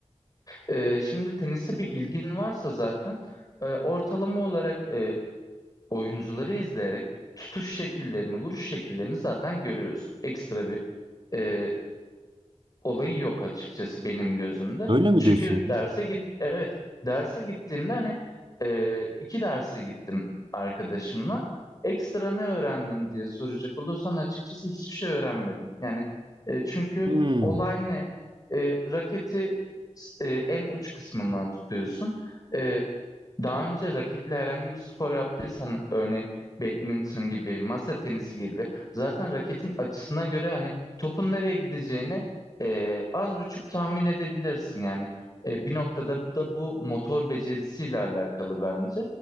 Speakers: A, on the left; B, on the right.
A: E, şimdi tenise bir ilgin varsa zaten e, ortalama olarak e, oyuncuları izleyerek tutuş şekillerini, vuruş şekillerini zaten görüyorsun. Ekstra bir e, olayı yok açıkçası benim gözümde.
B: Öyle mi
A: Çünkü
B: diyorsun?
A: derse git evet derse gittiğimde hani e, iki derse gittim arkadaşımla. Ekstra ne öğrendin diye soracak olursan açıkçası hiçbir şey öğrenmedim. Yani e, çünkü
B: Hmm.
A: olay ne? E, raketi e, en uç kısmından tutuyorsun. E, daha önce raketle herhangi bir spor yaptıysan örneğin badminton gibi, masa tenisi gibi zaten raketin açısına göre hani topun nereye gideceğini e, az buçuk tahmin edebilirsin yani. E, bir noktada da bu motor becerisiyle alakalı bence.